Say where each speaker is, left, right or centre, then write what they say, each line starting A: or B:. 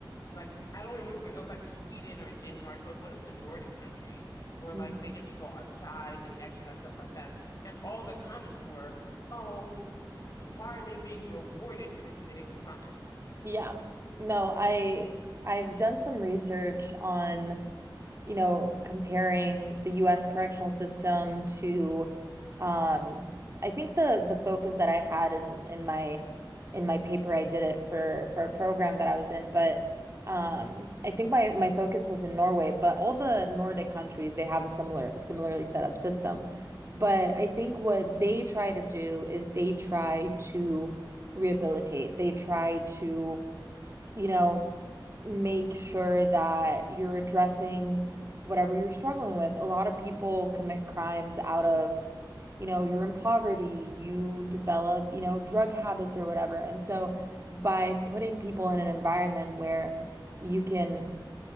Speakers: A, on the left; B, on the right.
A: like I don't remember where it was like Sweden or Denmark. It was one of the Nordic countries where like
B: Mm.
A: they get to go outside, they exercise, stuff like that. And all the comments were, "Oh, why are they being rewarded for committing a crime?"
B: Yeah. No, I I've done some research on you know, comparing the US correctional system to um I think the the focus that I had in in my in my paper I did it for for a program that I was in, but um I think my my focus was in Norway, but all the Nordic countries they have a similar similarly set up system. But I think what they try to do is they try to rehabilitate. They try to, you know, make sure that you're addressing whatever you're struggling with. A lot of people commit crimes out of, you know, you're in poverty, you develop, you know, drug habits or whatever. And so by putting people in an environment where you can